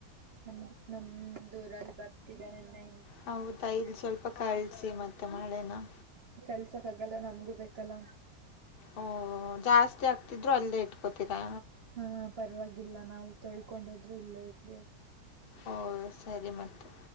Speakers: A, on the right; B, on the left.
A: ನಮ್ ನಮ್ ದೂರಲ್ಲಿ ಬರ್ತಿದ್ದ ನೆನ್ನೆ
B: ಹೌದಾಲ್ಲಿ ಸ್ವಲ್ಪ ಕಾಲ್ ಮತ್ತೆ ಮಳೆನ
A: ಕೆಲ್ಸಕ್ ಆಗಲ್ಲ ನಮ್ಗೂ ಬೇಕು ಕಲ
B: ಓ ಜಾಸ್ತಿ ಆಗ್ತಿದ್ರು ಅಲ್ಲೇ ಇಟ್ಕೋತೀಾ
A: ಹಾ ಪರವಾಗಿಲ್ಲ ನಾವು ತೊಳ್ಕೊಂಡೋದ್ರು ಇಲ್ಲೇ ಇರ್ಲಿ ಅದು
B: ಓ ಸರಿ ಮತ್ತೆ